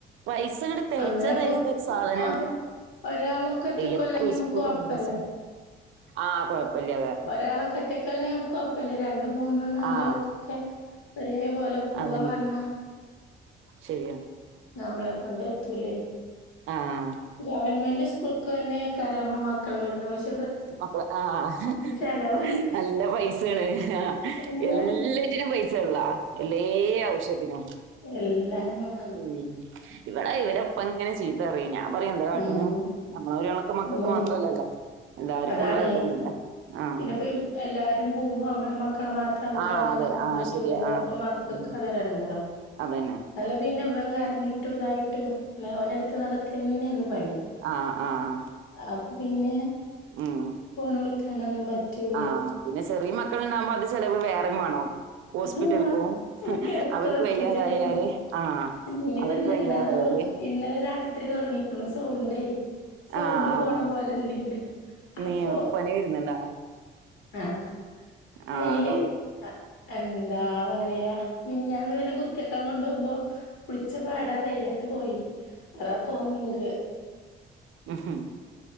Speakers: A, on the right; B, on the left.
A: പൈസങ്ങട്ട് തെകച്ചാ
B: അങ്ങനെ ഇപ്പൊ
A: തെകയാത്തൊരു സാധനാള്ളത്
B: ഒര് ഒരാളൊക്കെ ഒറ്റക്കൊളെന്ങ്കിൽ
A: എത്ര
B: നമുക്ക്
A: സ്കൂൾക്കും
B: കുഴപ്പല്ല
A: മദ്രസ്ക്കും ആഹ് കൊഴപ്പല്ല്യാതെ
B: ഒരാളൊ ഒറ്റക്കൊള്ളക്കിൽ നമുക്ക് കൊഴപ്പല്ല രണ്ടും മൂന്നും നാലും
A: ആഹ്
B: ആൾക്കൊ ക്കെ ഒരേ പോലെ പോവാ
A: അതന്നെ
B: പറഞ്ഞാ
A: ശരിയാണ്
B: നമ്മളെ കൊണ്ട് എത്ത്ല്ലേ?
A: ആഹ്
B: ഗവൺമെന്റ് സ്കൂ ക്കെ നമ്മളെ മക്കളെ ഇവിടെന്ന് വശി
A: മക്കളെ ആഹ്
B: ചെലവാണ്
A: നല്ല പൈസാണ് ആഹ്
B: ചെലവാണ്
A: എല്ലാറ്റിനും പൈസ ഉള്ള എല്ലേ ആഔശ്യത്തിനും
B: എല്ലാ <unintelligible>
A: ഉം ഇവിടെ ഇവരെഇപ്പ ഇങ്ങനെ ചീത്ത തെറി ഞാ പറയു എന്താ കാട്ട്ന്ന്
B: ഉം
A: നമ്മള ഒരാൾക്ക് മക്കക്ക്
B: അങ്ങനെയാണ്
A: മാത്രല്ലല്ല എല്ലാര്ക്കുള്ള
B: അതാണേ
A: ത് ന്നെല്ലെ ആഹ്..
B: പിന്നെപ്പ എല്ലാരും പോമ്പോ അമ്മളെ മക്കളെ മാ ക മക്കണാക്കാനും
A: ആഹ് അതെ ആഹ്
B: പറ്റൂലല്ലോ
A: ശരിയാ ആഹ്
B: അപ്പൊ മക്കക്ക്
A: ഉം
B: അത് ഒരെടങ്ങേറാ.
A: അതന്നെ
B: നലെ പിന്നെ വം കരഞ്ഞിട്ടു ഇതായിട്ട് ന്നലെ ഓനെട്ത്ത് നടക്കന്നെന്ന് പണി.
A: ആഹ് ആഹ്
B: അപ്പൊ പിന്നെ..
A: ഉം
B: ഫോൺ വിളിക്കാനൊന്നും പറ്റൂല്ല
A: ആഹ് പിന്നെ ചെറിയ മക്കള്ണ്ടാവുമ്പോ അത് ചെലവ് വേറെം വാണോ. ഹോസ്പിറ്റൽക്
B: ആഹ്
A: വും
B: എട കെടക്കാ
A: അവർക്ക്
B: ഹോസ്പിറ്റലിക്കോണ്
A: വയ്യാതായാല് ആ
B: ഇനിയിപ്പ
A: അവർക്ക്
B: ഇന്ന്
A: വയ്യാതായാല്
B: എന്താണാവോ ഇന്നലെ രാത്രി തൊടങ്ങിക്ക്ണ് സൗണ്ടേ. സൗണ്ട്
A: ആഹ്
B: പോണ
A: ആഹ്
B: പോല ണ്ട് ന്റെ
A: നീ
B: അപ്പൊ
A: പനി വരുന്നുണ്ടോ
B: ആഹ
A: ആഹ്
B: അയില്
A: അതാവും
B: അ എന്താ പറയാ മിനിഞ്ഞാന്ന് വന് കുത്തിവെക്കാ കൊണ്ടോമ്പോ കുളിച്ച പാ ടാ വെയിലത്ത് പോയി അതാ തോന്നുന്നുണ്ട്.
A: മ് ഹ്